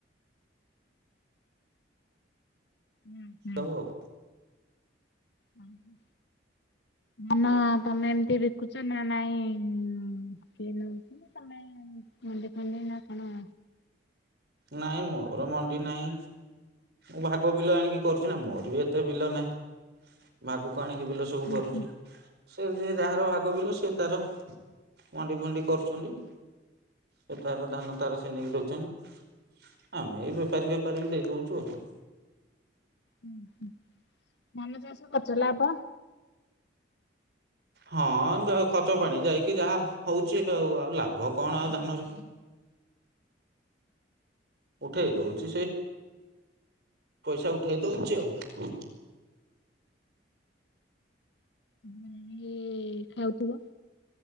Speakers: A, on the left; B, on the right.
A: ଉଁହୁଁ
B: ହବ ଆଉ।
A: ଓହୋ। ନା ନା ତମେ ଏମତି ବିକୁଚ ନା ନାଇଁ ଉଁ କିଏ ନୋଉଚି ନା ତମେ ଏ ମନ୍ଦିଫନ୍ଦି ନା କଣ?
B: ନାଇଁ ମୋର ମଣ୍ଡି ନାହିଁ ମୁଁ ଭାଗ ବିଲ ଆଣିକି କରୁଚି ନା ମୋର ବି ଏତେ ବିଲ ନାହିଁ ଭାଗକୁ ଆଣିକି ବିଲ ସବୁ କରୁଚି।
A: ହୁଁ
B: ସେ ଯିଏ ଯାହାର ଭାଗ ବିଲ ସିଏ ତାର ମଣ୍ଡି ଫଣ୍ଡି କରୁଚନ୍ତି। ସେ ତାର ଧାନ ତାର ସେ ନେଇକି ରୋଉଚନ୍ତି। ଆମେ ଏଇ ବେପାରୀ ଫେପାରୀ କି ଦେଇଦୋଉଚୁ ଆଉ।
A: ଉଁ ହୁଁ ଧାନଚାଷ କରୁଚ ଲାଭ
B: ହଁ ଦେହ ଖର୍ଚ୍ଚ ପାଣି
A: ଘରେ
B: ଯାଇକି ଯାହା ହୋଉଚି ଆଉ ଆଉ ଲାଭ କଣ ଆଉ ଧାନରେ। ଉଠେଇ ଦୋଉଚି ସେଇ ପଇସା ଉଠେଇ ଦୋଉଚି ଆଉ।
A: ହୁଁ ଇଏ ଖାଉଥୁବ।